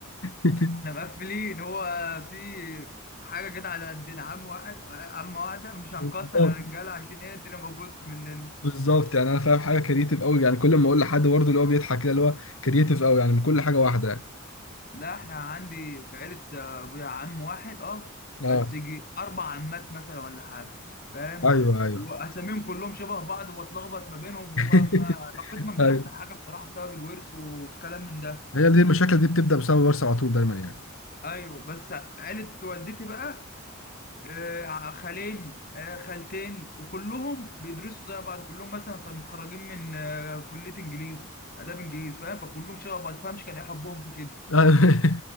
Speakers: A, on the left; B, on the left.
A: <laughs>
B: احنا مقفلين هو في حاجة كده على قدنا عم واحد عم واحدة مش هنكتر
A: بالظبط
B: يا رجالة عشان ايه الدنيا مبوظ مننا
A: بالظبط يعني انا فاهم حاجه كرييتيف قوي يعني كل ما اقول لحد برضه اللي هو بيضحك كده اللي هو كرييتيف قوي يعني من كل حاجه واحده يعني
B: لا احنا عندي في عيلة آه، ابويا عم واحد اه
A: اه
B: بس يجي اربع عمات مثلا ولا حاجة فاهم
A: ايوه ايوه
B: واساميهم كلهم شبه بعض واتلخبط ما بينهم وما
A: <laughs>
B: ما- علاقتنا مش
A: ايوه
B: احسن حاجة بصراحة بسبب الورث والكلام من ده
A: هي دي المشاكل دي بتبدا بسبب ورثه على طول دايما يعني
B: ايوه بس عيلة والدتي بقى آه، خالين آه، خالتين وكلهم بيدرسوا زي بعض كلهم مثلا طب متخرجين من آه، كلية انجليزي اداب انجليزي فاهم فكلهم شبه بعض ما تفهمش كان ايه حبهم في كده
A: ايوه